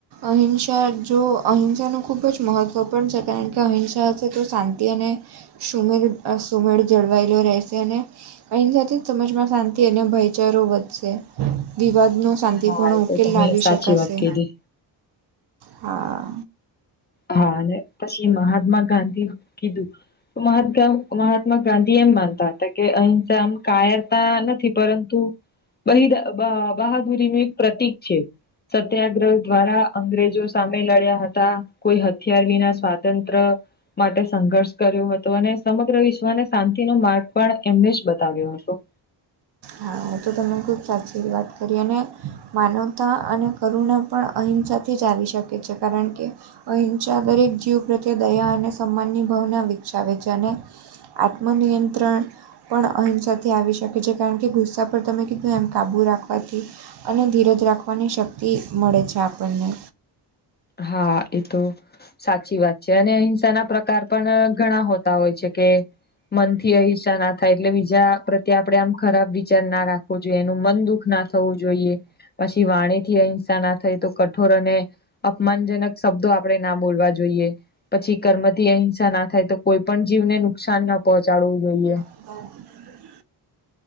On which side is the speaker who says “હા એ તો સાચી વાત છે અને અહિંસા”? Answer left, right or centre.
Left